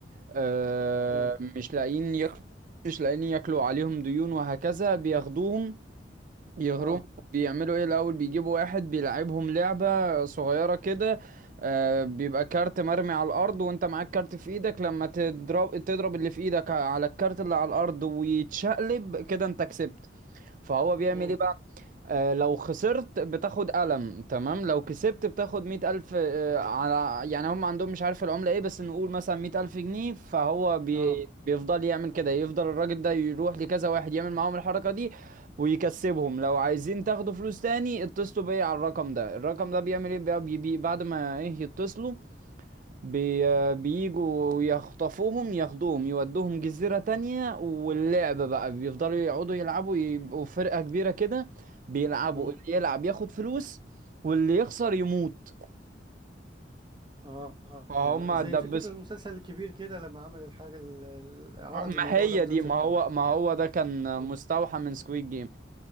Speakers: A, on the right (about 45°); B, on the right (about 25°).
A: آه
B: مم.
A: مش لاقيين ياكلوا مش لاقيين ياكلوا عليهم ديون وهكذا بياخدوهم يهربوا
B: اه
A: بيعملوا ايه الاول بيجيبوا واحد بيلعبهم لعبة صغيرة كده آه، بيبقى كارت مرمي على الارض وانت معاك كارت في ايدك لما تضرب تضرب اللي في ايدك على الكارت اللي على الارض ويتشقلب كده انت كسبت فهو بيعمل
B: مم.
A: ايه آه، لو خسرت بتاخد قلم تمام لو كسبت بتاخد مية ألف آه، على يعني هم عندهم مش عارف العملة ايه بس نقول مثلا مية ألف جنيه فهو بي...
B: اه
A: بيفضل يعمل كده يفضل الراجل ده يروح لكذا واحد يعمل معاهم الحركة دي ويكسبهم لو عايزين تاخدوا فلوس تاني اتصلوا بيا على الرقم ده الرقم ده بيعمل ايه بقى بي... بي... بعد ما ايه يتصلوا بي بيجوا يخطفوهم ياخدوهم يودوهم جزيرة تانية واللعبة بقى بيفضلوا يقعدوا يلعبوا يبقوا فرقة كبيرة كده بيلعبوا
B: مم.
A: اللي يلعب ياخد فلوس واللي يخسر يموت
B: آه. آه.
A: فهم
B: آه. زي
A: دبسوا
B: فكرة المسلسل الكبير كده لما عمل الحاجة ال- ال- عرض
A: ما
B: الموضوع
A: هي
B: ده مسلسل
A: دي ما هو
B: كبير
A: ما هو ده كان
B: مم.
A: مستوحى من سكويد جيم